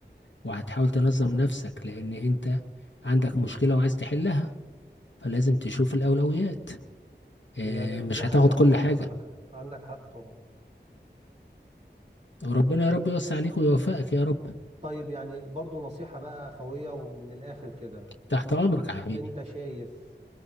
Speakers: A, on the left; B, on the right.
A: وهتحاول تنظم نفسك لان انت عندك مشكلة وعايز تحلها فلازم تشوف الاولويات آه،
B: هي دي
A: مش
B: دي حقيقة
A: هتاخد كل
B: طبعا
A: حاجة
B: عندك حق عندك حق طبعا
A: وربنا يا رب يوسع عليك ويوفقك يا رب
B: طيب يعني برضه نصيحة بقى خوية ومن الاخر كده
A: تحت امرك يا حبيبي
B: انت شايف